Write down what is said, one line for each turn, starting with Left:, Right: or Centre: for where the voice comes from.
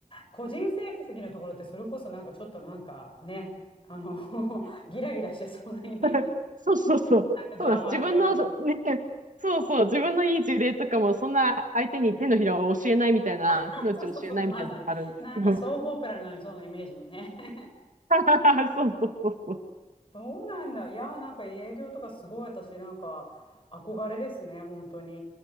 Left: 個人成績のところってそれこそなんかちょっとなんかねあの <laughs>
Right: <laughs> う
Left: ギラギラしてそうなイメージが
Right: んそうそうそう。
Left: なんかドラマのように
Right: そうなんです。自分の、そうね、そうそう。自分のいい事例とかも、そんな相手に手のひらを教えないみたいな、
Left: <laughs>
Right: 手の内を教えないみたいなとこあるんですけど。
Left: そうそうそう、まさに。なんかソープオペラになりそうなイメージのね。<laughs>
Right: <laughs> そうそうそうそう。
Left: そうなんだ。いやー、なんか営業とかすごい私、なんか憧れですね、本当に。